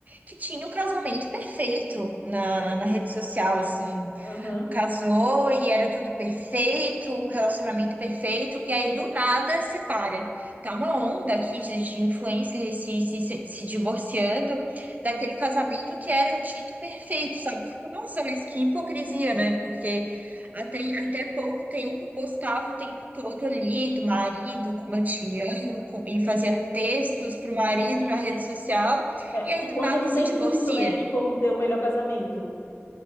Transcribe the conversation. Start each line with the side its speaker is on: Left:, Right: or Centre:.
Right: que tinha o cruzamento perfeito na, na rede social, assim,
Left: Aham.
Right: casou e era tudo perfeito, o relacionamento perfeito, e aí do nada separa. Tá uma onda aqui de, de influencer se, se, se, se divorciando daquele casamento que era dito perfeito, sabe? Eu fico, Nossa, mas que hipocrisia, né? Porque até, até pouco tempo postava o tempo todo ali do marido, como eu te amo, com- e fazia
Left: Sim.
Right: textos pro marido na rede social,
Left: É,
Right: e aí do
Left: quando
Right: nada
Left: não
Right: se
Left: tem
Right: divorcia.
Left: curso, né, de como ter o melhor casamento.